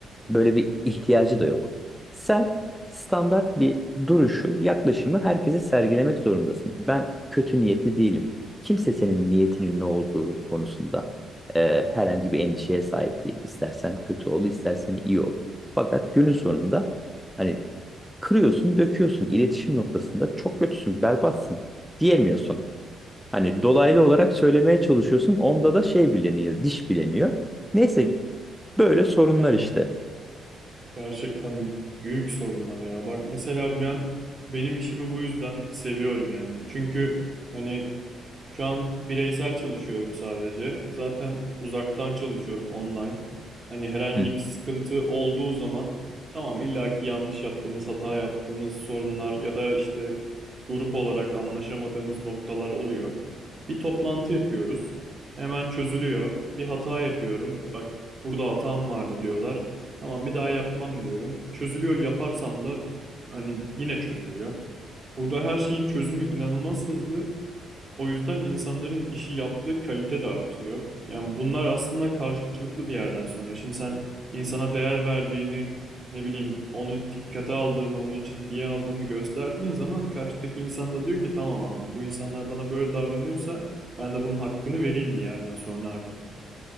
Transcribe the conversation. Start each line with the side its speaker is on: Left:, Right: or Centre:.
Centre: Böyle bir ihtiyacı da yok. Sen standart bir duruşu, yaklaşımı herkese sergilemek zorundasın. Ben kötü niyetli değilim. Kimse senin niyetinin ne olduğu konusunda e, herhangi bir endişeye sahip değil. İstersen kötü ol, istersen iyi ol. Fakat günün sonunda hani kırıyorsun, döküyorsun. İletişim noktasında çok kötüsün, berbatsın diyemiyorsun. Hani dolaylı olarak söylemeye çalışıyorsun. Onda da şey bileniyor, diş bileniyor. Neyse böyle sorunlar işte.
Right: Gerçekten büyük sorunlar ya. Bak mesela ben benim işimi bu yüzden seviyorum yani. Çünkü hani şu an bireysel çalışıyorum sadece. Zaten uzaktan çalışıyorum online. Hani herhangi
Centre: Hı
Right: bir sıkıntı olduğu zaman tamam illaki yanlış yaptığımız, hata yaptığımız sorunlar ya da işte grup olarak anlaşamadığımız noktalar oluyor. Bir toplantı yapıyoruz. Hemen çözülüyor. Bir hata yapıyorum. Bak burada hatam vardı diyorlar. Tamam bir daha yapmam diyorum. Çözülüyor yaparsam da hani yine çözülüyor. Burada her şeyin çözümü inanılmaz hızlı. O yüzden insanların işi yaptığı kalite de artıyor. Yani bunlar aslında karşılıklı bir yerden sonra. Şimdi sen insana değer verdiğini, ne bileyim onu dikkate aldığını, onu ciddiye aldığını gösterdiğin zaman karşıdaki insan da diyor ki tamam abi bu insanlar bana böyle davranıyorsa ben de bunun hakkını vereyim bir yerden sonra artık.